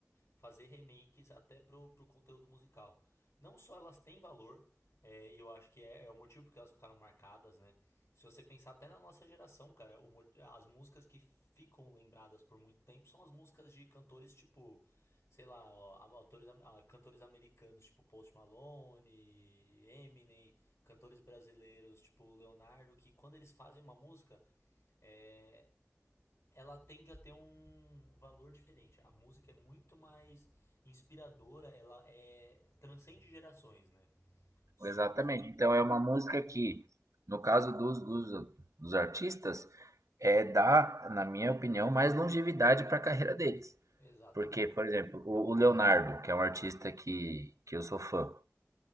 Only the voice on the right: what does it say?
Exatamente.
Então é uma música que, no caso dos, dos, dos artistas, é dá, na minha opinião, mais longevidade para a carreira deles.
Porque, por exemplo, o, o Leonardo, que é um artista que, que eu sou fã,